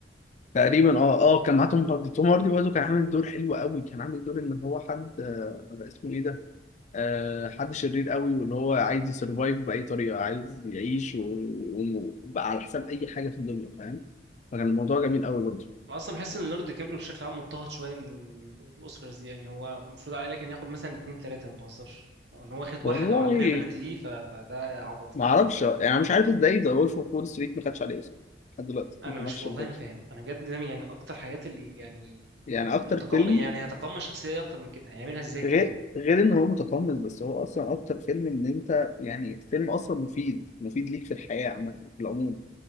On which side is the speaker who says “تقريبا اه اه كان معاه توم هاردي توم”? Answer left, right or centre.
Left